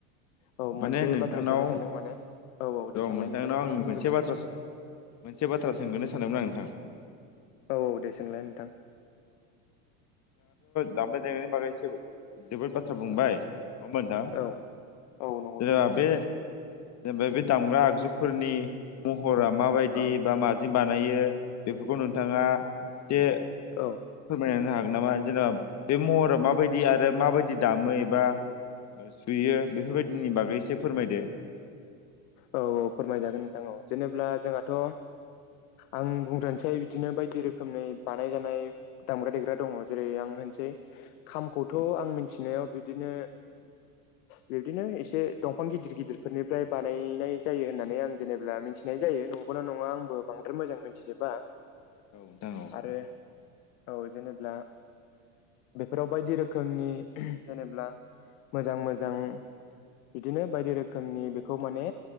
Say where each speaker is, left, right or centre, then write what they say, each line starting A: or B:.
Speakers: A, on the left; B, on the left.
A: औ
B: माने
A: मोनसे
B: नोंथांनाव
A: बाथ्रा सोंनो सानदों माने औ औ दे
B: र'
A: सोंलाय
B: नोंथांनाव
A: नोंथां नों
B: आं
A: होनग्रोलाय
B: मोनसे बाथ्रा मोनसे बाथ्रा सोंगोनो सानदोंमोन आं नोंथां।
A: औ औ दे सोंलाय नोंथां।
B: दामबाय देनायनि बागै एसे जोबोद बाथ्रा बुंबाय नङा होमबा नोंथां
A: औ औ नंगौ
B: जेनेबा
A: नोंथां
B: बे जेनेबा बे दामग्रा आगजुफोरनि महरा मा बायदि
A: औ
B: बा मा जों बानायो बेफोरखौ नोंथाङा एसे
A: औ
B: फोरमायना होनो हागोन नामा जेनेबा बे महरा माबादि आरो माबादि दामो एबा सुयो बेफोरबायदिनि बागै एसे फोरमायदो।
A: औ औ फोरमाय जागोन नोंथां औ जेनेब्ला जोंहाथ' आं बुंग्रानोसै बिदिनो बायदि रोखोमनि बानाय जानाय दामग्रा देग्रा दङ जेरै आं होनसै खामखौथ' आं मिथिनायाव बिदिनो बिबदिनो एसे दंफां गिदिर गिदिरफोरनिफ्राय बार बानायनाय जायो होननानै आं जेनेबा मिथिनाय जायो नंगौना नङा आंबो बांद्राय मोजां मोनथिजोबा।
B: <unintelligible> औ
A: आरो औ जेनेब्ला बेफोराव बायदि रोखोमनि जेनेबा मोजां मोजां बिदिनो बायदि रोखोमनि बेखौ माने